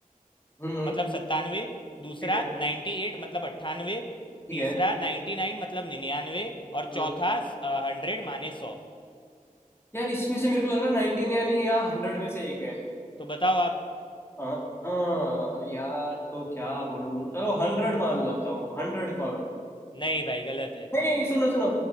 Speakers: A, on the left (about 15°); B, on the left (about 35°).
A: हम्म हम्म,
B: मतलब सत्तानवे दूसरा
A: ठीक है
B: 98 मतलब अट्ठानवे
A: ठीक
B: तीसरा
A: है
B: 99 मतलब निन्यानवे और
A: हम्म
B: चौथा हंड्रेड माने सौ
A: यार इसमें से मेरे को लग रहा है नाइनटीन यानी या हंड्रेड में से एक है
B: तो बताओ आप
A: हाँ हाँ, यार तो क्या बोलूं चलो हंड्रेड मान लेता हूँ हंड्रेड कॉर्ब
B: नहीं भाई गलत है
A: नहीं नहीं, सुनो सुनो